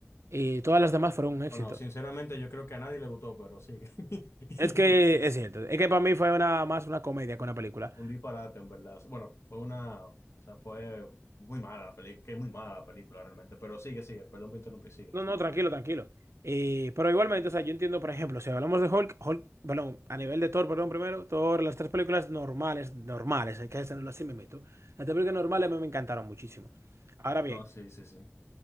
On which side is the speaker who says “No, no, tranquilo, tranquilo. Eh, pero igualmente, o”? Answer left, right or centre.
Right